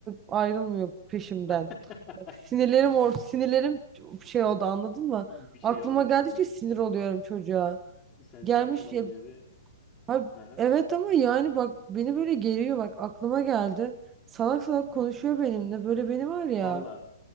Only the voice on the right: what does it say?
ayrılmıyor peşimden.
Sinirlerim or sinirlerim şey oldu anladın mı?
Aklıma
geldikçe
sinir oluyorum çocuğa.
Gelmiş
ya
Ay,
evet ama yani bak beni böyle geriyor bak aklıma geldi. Salak salak konuşuyor benimle böyle beni var ya